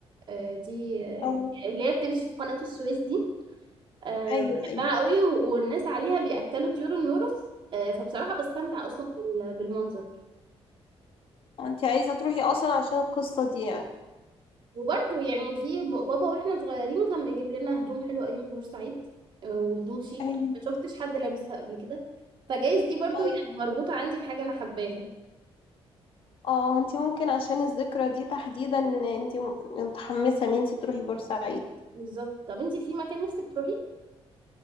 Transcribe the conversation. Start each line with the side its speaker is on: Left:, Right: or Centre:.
Right: آه، دي آه،
Left: اه
Right: اللي هي بتمشي في قناة السويس دي آه،
Left: ايوه
Right: بحبها
Left: ايوه
Right: قوي و- والناس عليها بيأكلوا طيور النورس آه، فبصراحة بستمتع أصلا بال- بالمنظر
Left: أه، انت عايزه تروحي اصلا عشان القصه دي يعني
Right: وبرده يعني في ب- بابا واحنا صغيرين كان بيجيب لنا هدوم حلوة أيام بورسعيد آه، وهدوم شيك
Left: ايوه
Right: أنا ما شفتش حد لابسها قبل كده فجايز دي برضو
Left: ايوه
Right: يعني مربوطة عندي بحاجة أنا حباها
Left: اه انت ممكن عشان الذكرى دي تحديدا انت م- متحمسه ان انت تروحي بورسعيد
Right: بالظبط طب انتي في مكان نفسك تروحي؟